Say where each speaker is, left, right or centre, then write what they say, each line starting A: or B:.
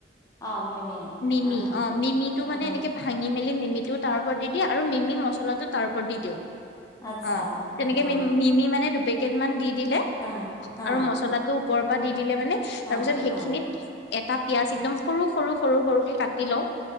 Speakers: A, on the left; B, on the left.
A: অ মে মে
B: মিমি
A: হা হা
B: অ' মিমিটো
A: হা
B: মানে
A: হা
B: এনেকে ভাঙি মেলি মিমিটোও তাৰ ওপৰত দি- দি আৰু মিমি মছলাটো তাৰ ওপৰত দি দিওঁ।
A: আচ্ছা
B: অ', তেনেকে
A: হা হা
B: ম মিমি মানে দুপেক কেটামান দি দিলে
A: হা হা
B: আৰু মছলাটো ওপৰৰ পৰা দি দিলে মানে
A: হা
B: তাৰপিছত সেইখিনিত
A: হা
B: এটা পিয়াজ একদম সৰু, সৰু, সৰু, সৰুকে কাটি লওঁ।